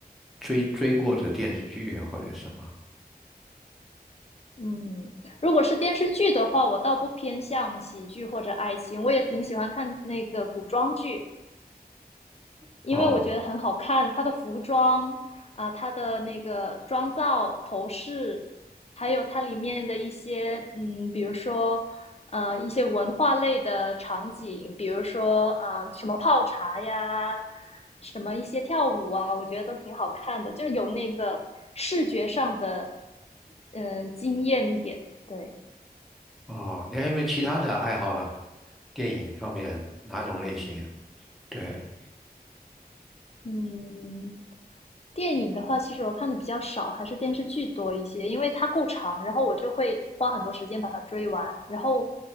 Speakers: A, in the centre; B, on the left.
A: 追追过的电视剧啊或者什么？
B: 嗯，如果是电视剧的话，我倒不偏向喜剧或者爱情，我也挺喜欢看那个古装剧，因为我觉得很好看，
A: 哦
B: 它的服装啊，它的那个妆造、头饰，还有它里面的一些嗯，比如说呃一些文化类的场景，比如说啊、呃什么泡茶呀，什么一些跳舞啊，我觉得都挺好看的，就是有那个视觉上的嗯、呃惊艳一点，对。
A: 哦，你还有没有其他的爱好呢？电影方面哪种类型啊？对，
B: 嗯，电影的话，其实我看的比较少，还是电视剧多一些，因为它够长，然后我就会花很多时间把它追完。然后